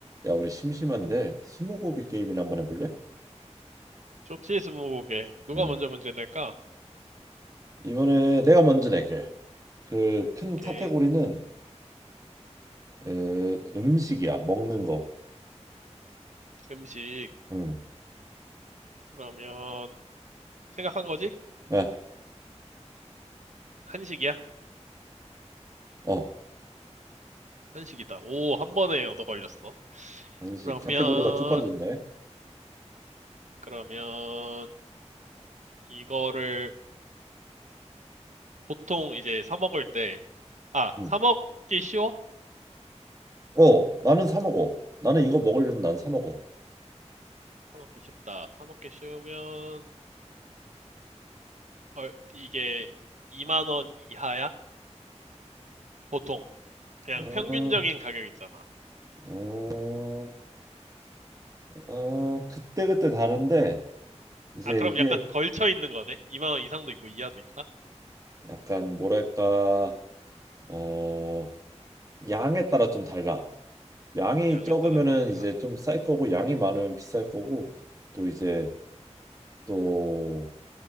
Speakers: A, on the right; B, on the right.
A: 야, 우리 심심한데 스무고개 게임이나 한번 해볼래?
B: 좋지, 스무고개. 누가
A: 응
B: 먼저 문제 낼까?
A: 이번에 내가 먼저 낼게. 그 큰
B: 오케이.
A: 카테고리는 그 음식이야, 먹는 거.
B: 음식.
A: 응.
B: 그러면, 생각한 거지?
A: 네.
B: 한식이야?
A: 어,
B: 한식이다. 오, 한 번에 얻어 걸렸어.
A: 한식
B: 그러면,
A: 카테고리가 좁아졌네.
B: 그러면, 이거를 보통 이제 사 먹을 때, 아,
A: 응.
B: 사 먹기 쉬워?
A: 어, 나는 사 먹어. 나는 이거 먹으려면 난 사 먹어.
B: 사 먹기 쉽다. 사 먹기 쉬우면, 얼, 이게 2만 원 이하야? 보통. 그냥
A: 어,
B: 평균적인 가격 있잖아.
A: 어, 어, 그때 그때 다른데 이제
B: 아, 그럼
A: 이게
B: 약간 걸쳐 있는 거네? 2만 원 이상도 있고 이하도 있다?
A: 약간 뭐랄까, 어, 양에 따라 좀 달라. 양이
B: 양에
A: 적으면은
B: 따라 다르더라.
A: 이제 좀 쌀 거고 양이 많으면 비쌀 거고 또 이제 또